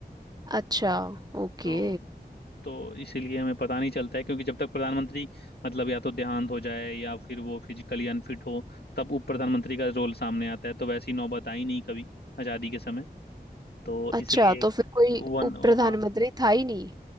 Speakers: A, on the right (about 25°); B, on the left (about 70°).
A: अच्छा ओके
B: तो तो इसीलिए हमें पता नहीं चलता है क्योंकि जब तक प्रधानमंत्री मतलब या तो देहांत हो जाए या फिर वो फिजिकली अनफिट हो तब उप प्रधानमंत्री का रोल सामने आता है तो वैसी नौबत आई नहीं कभी आजादी के समय तो
A: अच्छा
B: इसलिए
A: तो फिर कोई
B: वन
A: उप प्रधानमंत्री
B: हाँ
A: था ही नहीं